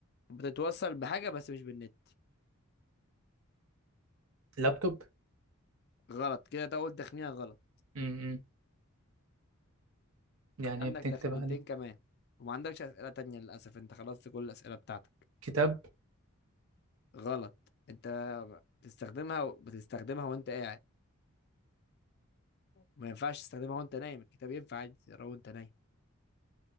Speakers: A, on the left; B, on the right.
A: بتتوصل بحاجة بس مش بالنت
B: لابتوب
A: غلط كده ده اول تخمينة غلط
B: امم يعني
A: عندك
B: ايه بتكتب
A: تخمينتين
B: عليه
A: كمان وما عندكش أسئلة تانية للأسف انت خلصت كل الأسئلة بتاعتك
B: كتاب
A: غلط انت بتستخدمها بتستخدمها وانت قاعد ما ينفعش تستخدمها وانت نايم الكتاب ينفع عادي تقراه وانت نايم